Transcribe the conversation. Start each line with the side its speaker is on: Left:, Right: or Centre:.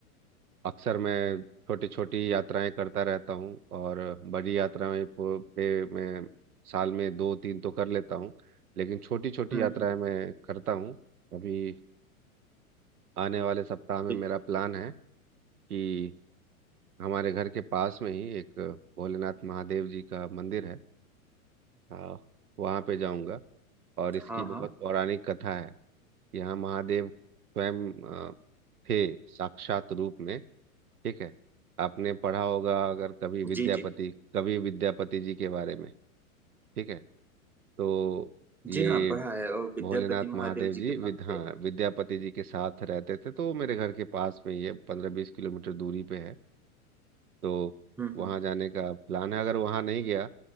Right: अक्सर मैं छोटी छोटी यात्राएं करता रहता हूँ और बड़ी यात्राएं प- पे मैं साल में दो तीन तो कर लेता हूँ लेकिन छोटी छोटी
Centre: हम्म
Right: यात्राएं
Centre: हम्म
Right: मैं करता हूँ अभी आने वाले सप्ताह में
Centre: जी
Right: मेरा प्लान है कि हमारे घर के पास में ही एक भोलेनाथ महादेव जी का मंदिर है आ, वहाँ पे जाऊँगा और इसकी
Centre: हाँ
Right: बहुत
Centre: हाँ
Right: पौराणिक कथा है यहाँ महादेव स्वयं आ, थे साक्षात रूप में ठीक है आपने पढ़ा होगा अगर कभी विद्यापति
Centre: जी जी
Right: कवि विद्यापति जी के बारे में ठीक है तो ये
Centre: जी हाँ पढ़ा है और विद्यापति
Right: भोलेनाथ
Centre: महादेव
Right: महादेव
Centre: जी
Right: जी
Centre: के
Right: विद
Centre: भक्त
Right: हाँ
Centre: थे
Right: विद्यापति जी के साथ रहते थे तो वो मेरे घर के पास में ही है पंद्रह बीस किलोमीटर दूरी पे है तो
Centre: हम्म
Right: वहाँ
Centre: हम्म
Right: जाने का प्लान है अगर वहाँ नहीं गया